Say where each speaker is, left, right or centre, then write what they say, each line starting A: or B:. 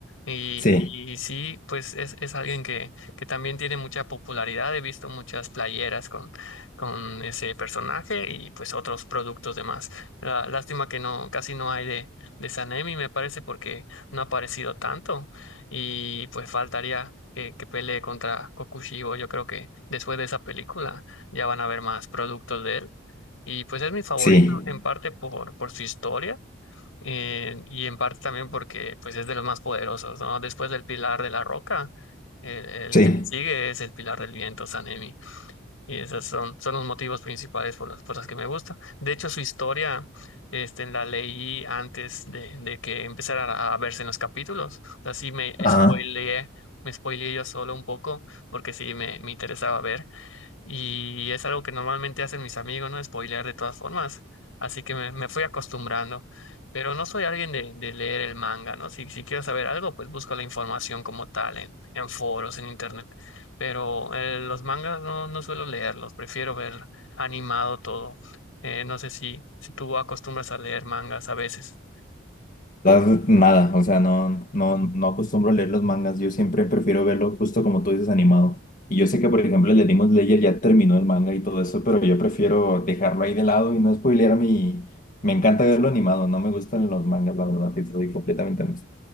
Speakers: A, on the left; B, on the left.
A: Y,
B: Sí,
A: y sí, pues es, es alguien que, que también tiene mucha popularidad. He visto muchas playeras con, con ese personaje y pues otros productos demás. La- lástima que no, casi no hay de, de Sanemi, me parece, porque no ha aparecido tanto. Y pues faltaría que, que pelee contra Kokushibo. Yo creo que después de esa película ya van a ver más productos de él. Y pues es mi favorito
B: sí,
A: en parte por, por su historia eh, y en parte también porque pues es de los más poderosos, ¿no? Después del Pilar de la Roca, el, el
B: sí.
A: que sigue es el Pilar del Viento, Sanemi. Y esos son, son los motivos principales por las, por las que me gusta. De hecho, su historia, este, la leí antes de, de que empezara a verse en los capítulos. O sea, sí me
B: Ajá.
A: spoileé, me spoileé yo solo un poco, porque sí me, me interesaba ver. Y es algo que normalmente hacen mis amigos, ¿no? Spoilear de todas formas. Así que me, me fui acostumbrando. Pero no soy alguien de, de leer el manga, ¿no? Si, si quiero saber algo, pues busco la información como tal en, en foros, en internet. Pero eh, los mangas no, no suelo leerlos, prefiero ver animado todo. Eh, no sé si, si tú acostumbras a leer mangas a veces.
B: verdad, Nada, o sea, no, no, no acostumbro a leer los mangas, yo siempre prefiero verlo justo como tú dices, animado. Y yo sé que, por ejemplo, el de Demon Slayer ya terminó el manga y todo eso, pero yo prefiero dejarlo ahí de lado y no spoilear a mí. Me encanta verlo animado, no me gustan los mangas, la verdad, sí, soy completamente honesto.